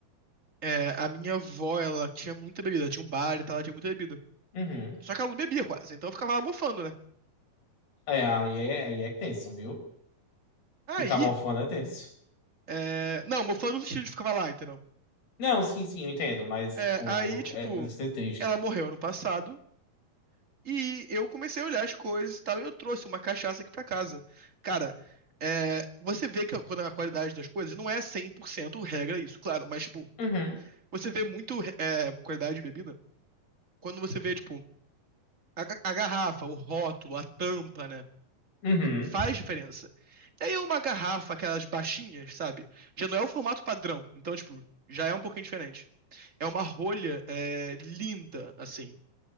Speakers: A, on the right; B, on the left.
A: é, a minha avó, ela tinha muita bebida, ela tinha um bar e tal, ela tinha muita bebida.
B: Uhum.
A: Só que ela não bebia quase, então eu ficava lá mofando, né?
B: É, aí é, aí é tenso, viu?
A: Aí,
B: Ficar mofando é tenso.
A: É, não, mofando no sentido de ficar lá, entendeu?
B: Não, sim, sim, eu entendo, mas,
A: É,
B: tipo,
A: aí, tipo,
B: é, deve ser triste.
A: ela morreu ano passado e eu comecei a olhar as coisas e tal, e eu trouxe uma cachaça aqui pra casa. Cara, é, você vê que a- quando é a qualidade das coisas não é 100%, regra isso, claro, mas, tipo,
B: Uhum,
A: você vê muito é, qualidade de bebida quando você vê, tipo, a, ga- a garrafa, o rótulo, a tampa, né?
B: uhum,
A: Faz diferença. E aí uma garrafa, aquelas baixinhas, sabe? Já não é o formato padrão, então, tipo, já é um pouquinho diferente. é uma rolha é, linda, assim.